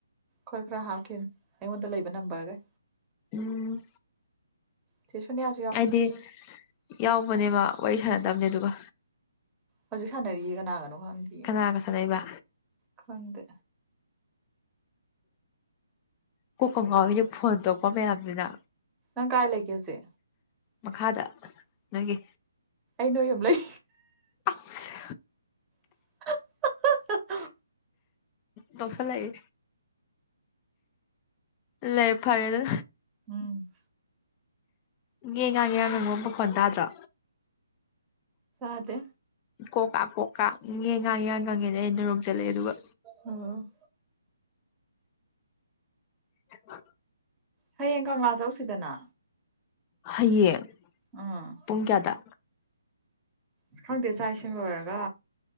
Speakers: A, on the right; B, on the left.
A: ꯈꯣꯏ ꯈꯔ ꯍꯥꯞꯈꯤꯕꯅꯦ ꯑꯩꯉꯣꯟꯗ ꯂꯩꯕ ꯅꯝꯕꯔꯒꯩ
B: ꯎꯝ
A: ꯏꯆꯦ ꯁꯣꯅꯤꯌꯥ
B: ꯑꯩꯗꯤ ꯌꯥꯎꯕꯅꯦꯕ ꯋꯥꯔꯤ ꯁꯥꯟꯅꯗꯕꯅꯦ ꯑꯗꯨꯒ
A: ꯍꯧꯖꯤꯛ ꯁꯥꯟꯅꯔꯤꯁꯤ ꯀꯅꯥꯒꯅꯣ ꯈꯪꯗꯦ
B: ꯀꯅꯥꯒ ꯆ ꯂꯩꯩꯕ
A: ꯈꯗ
B: ꯀꯣ ꯀꯉꯥꯎꯣꯏꯅ ꯐꯣꯟ ꯇꯧꯀꯣ ꯃꯌꯥꯝꯁꯤꯅ
A: ꯅꯪ ꯀꯥꯏ ꯂꯩꯒꯦꯁꯦ
B: ꯃꯈꯥꯗ ꯅꯣꯏꯒꯤ
A: ꯑꯩ ꯅꯣꯏ ꯌꯨꯝ ꯂꯩ
B: ꯑꯁ
A: <unintelligible>
B: ꯇꯧ ꯁꯜꯂꯛꯏ ꯂꯩ ꯐꯔꯦ ꯑꯗꯨ
A: ꯎꯝ
B: ꯉꯦ ꯉꯥꯅꯦ ꯌꯥꯝꯅ ꯑꯃ ꯃꯈꯣꯟ ꯇꯥꯗ꯭ꯔꯣ
A: ꯑꯗꯦ
B: ꯀꯣꯛ ꯀꯥ ꯀꯣꯛꯀꯥ ꯌꯦꯟ ꯉꯥꯡ ꯌꯥꯟ ꯉꯪꯉꯦꯅ ꯑꯩꯅ ꯔꯣꯝ ꯆꯠꯂꯛꯑꯦ ꯑꯗꯨꯒ
A: ꯎꯝ
B: ꯍ
A: ꯍꯌꯦꯡ ꯀꯪꯂꯥ ꯆꯧꯁꯤꯗꯅ
B: ꯍꯌꯦꯡ
A: ꯑꯥ
B: ꯄꯨꯡ ꯀꯌꯥꯗ
A: ꯑ ꯈꯪꯗꯦ ꯆꯥꯛ ꯏꯁꯤꯡ ꯂꯣꯏꯔꯒ